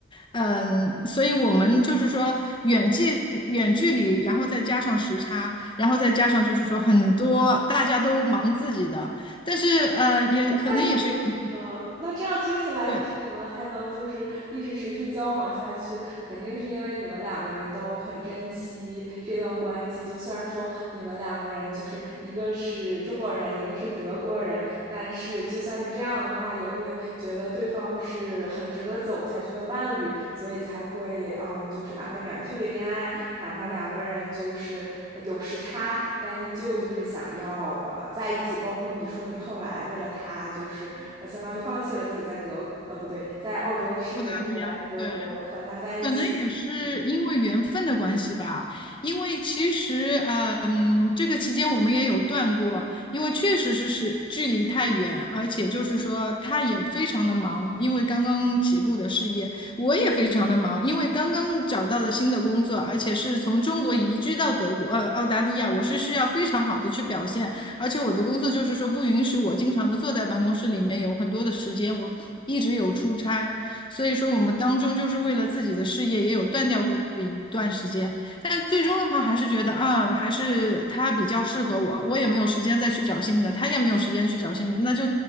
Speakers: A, on the left (about 25°); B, on the right (about 25°).
A: 嗯，所以我们就是说远距远距离，然后再加上时差，然后再加上就是说很多大家都忙自己的，但是呃，也可能也是缘分
B: 太不容易了，那这样听起来就是你们还能就是一直持续交往下去，
A: 对，
B: 肯定是因为你们两个人都很珍惜这段关系。就虽然说你们两个人就是一个是中国人，一个是德国人，但是就算是这样的话，也会觉得对方是很值得走下去的伴侣，所以才会嗯，就是哪怕远距离恋爱，哪怕两个人就是有时差，但依旧就是想要呃在一起。包括你说你后来为了他，就是呃相当于放弃了自己在德呃不对，在澳洲的事业，
A: 不搭理啊，
B: 然后来德国和他在一起，
A: 对，可能也是因为缘分的关系吧，
B: 嗯，
A: 因为其实，呃嗯，这个期间我们也有断过，因为确实是是距离太远，而且就是说他也非常的忙，因为刚刚起步的事业，我也非常的忙，因为刚刚找到了新的工作，而且是从中国移居到德国，呃，澳大利亚，我是需要非常好的去表现，而且我的工作就是说不允许我经常的坐在办公室里面，有很多的时间我一直有出差。所以说，我们当中就是为了自己的事业也有断掉过一段时间，但最终的话还是觉得啊，还是他比较适合我，我也没有时间再去找新的，他也没有时间去找新的，那就